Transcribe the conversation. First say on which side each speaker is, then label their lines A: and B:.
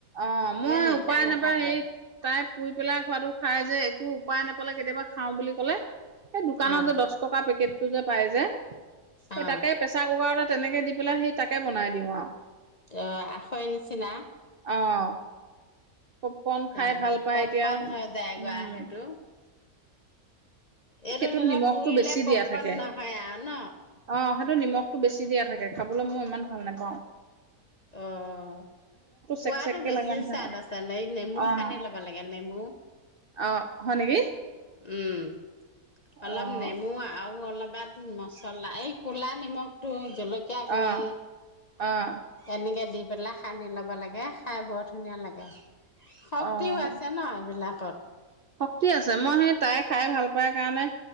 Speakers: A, on the right; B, on the left.
A: অ', মই
B: ইমান মিঠা
A: উপায়
B: নাথাকে
A: নাপায় হে', তাই, শুই পেলাই খোৱাটো খাই যে, একো উপায় নাপালে কেতিয়াবা খাওঁ বুলি ক'লে, এই', দোকানত
B: অ
A: যে দচ -টকা পেকেট, তোৰ যে', পাই যে, এই,
B: অ
A: তাকে প্ৰেচাৰ-কুকাৰতে তেনেকে, সেই দি পেলাই, সেই তাকে বনাই দিওঁ আৰু,
B: অ', আখৈ নিচিনা,
A: অ',
B: <unintelligible>
A: পপকৰ্ণ খাই ভাল পাই এতিয়া উম,
B: এইটো
A: সেইটোত
B: ধৰি
A: নিমখটো
B: লওক পুৰিলে
A: বেছি
B: পপকন
A: দিয়া থাকে,
B: নহয় আৰু ন
A: অ', সেইটো নিমখটো বেছি দিয়া থাকে। খাবলৈ মই, ইমান ভাল নেপাওঁ।
B: অ', পুৰাটো
A: চেক চেককে
B: বেছি
A: লাগে নহয়
B: স্বাদ আছে ন', নেমু
A: অ',
B: সানি ল'ব লাগে। নেমু
A: অ', হয় নেকি
B: উম',। অলপ
A: অ',
B: নেমু, আৰু অলপ। কাৰবাত মছলা এই ক'লা নিমখটো থাকে জলকীয়া গু়ি
A: অ', অ',
B: এনেকে দি- সকলো বোৰ সানি ল'ব লাগে, খাই বৰত ধুনীয়া লাগে। শক্তি
A: অ',
B: হয় আছে এইবিলাক। কাত
A: শক্তি আছে মই সেই তাই খাই ভাল পাই কাৰণে,